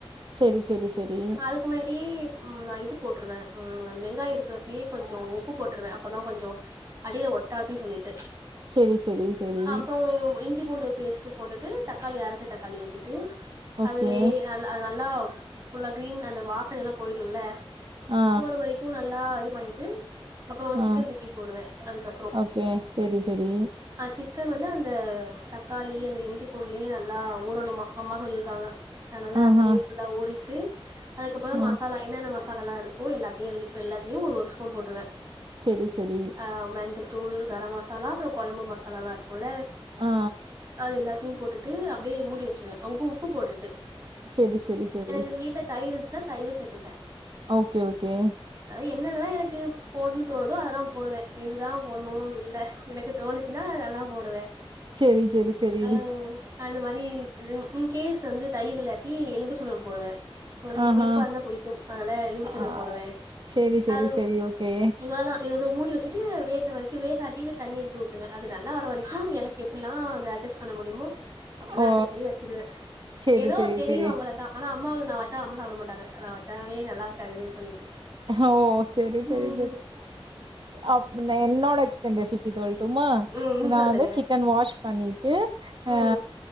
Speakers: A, on the right; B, on the right.
A: சேரி சேரி சேரி
B: அதுக்கு முன்னாடியே ம் நா இது போட்டுருவே ம் வெங்காயம் இருக்கிறப்பயே கொஞ்சோ உப்பு போட்டுருவே அப்பதா கொஞ்சோ அடியில ஒட்டாதுன்னு சொல்லிட்டு
A: செரி செரி செரி
B: அப்போம் இஞ்சி பூண்டு பேஸ் ட்டு போட்டுட்டு தக்காளி அரச்ச தக்காளி ஊத்திட்டு
A: ஓகே
B: அதுலே நல்ல அது நல்லா ஃபுல்லா கிரீன் அந்த வாசனை எல்லா போயிடுல்ல
A: ஆ
B: போற வரைக்கு நல்லா இது பண்ணிட்டு அப்றோ சிக்கன்
A: ஆ
B: தூக்கி போடுவே அதுக்கப்புறோ
A: ஓகே செரி செரி
B: ஆ சிக்கன் வந்து அந்த தக்காளி அந்த இஞ்சி பூண்டுலயே நல்லா ஊறணுமா அம்மா சொல்லியிருக்காங்க அதனால
A: ஆஹா
B: அதுலயே ஃபுல்லா ஊரிட்டு அதுக்கப்புறோ
A: ஆ
B: மசாலா என்னென்ன மசாலல்லா இருக்கோ எல்லாத்தையு எல்லாத்தலயு ஒரு ஒரு ஸ்பூன் போட்டுருவே
A: சேரி சேரி
B: ஆ மஞ்சத்தூள் கரம் மசாலா அப்றோ கொழம்பு மசாலால்லா இருக்கும்ல
A: ஆ
B: அது எல்லாத்தையு போட்டுட்டு அப்டியே மூடி வச்சிருவே உப்பு உப்பு போட்டுட்டு
A: சேரி சேரி சேரி
B: எங்க வீட்டுல தயிர் இருந்துச்சுன்னா தயிரு சேத்துப்பே
A: ஓகே ஓகே
B: அது என்னெல்லா எனக்கு போட்ன்னு தோணுதோ அதெல்லா போடுவே இதுதா போட்ணும்னு இல்ல எனக்கு தோணுச்சுன்னா எல்லா போடுவே
A: சேரி சேரி சேரி
B: அ அந்த மாரி இது இன்கேஸ் வந்து தயிர் இல்லாட்டி எலும்புச்சம்பழம் போடுவே உங்களுக்கு
A: ஆஹா
B: புளிப்பா இருந்தா புடிக்கு அதனால எலுமிச்ச
A: ஆ
B: போடுவே
A: செரி செரி
B: அது
A: செரி ஓகே
B: இவ்ளதா இத வந்து மூடி வச்சிட்டு வேகர வரைக்கு வேகாட்டி தண்ணி எடுத்து ஊத்துவே அது நல்லா வர வரைக்கு எனக் எப்டிலா அத அட்ஜெஸ்ட் பண்ண முடியுமோ அப்டில்லா
A: ஓ
B: அட்ஜஸ்ட் பண்ணி வச்சுடுவே
A: செரி
B: ஏதோ
A: செரி
B: தெரியு
A: செரி
B: அவ்ளதா ஆனா அம்மாவுக்கு நா வச்சா அம்மா சாப்பிட மாட்டங்க நா வச்சாவே நல்லா இருக்காது சொல்லிட்டு
A: ஓ சேரி
B: ம்
A: சேரி சேரி அப் என்னோட சிக்கன் ரெசிபி சொல்ட்டுமா
B: ம் ம்
A: நா
B: சொல்லுங்க
A: வந்து சிக்கன் வாஷ் பண்ணி து
B: ம்
A: ஆ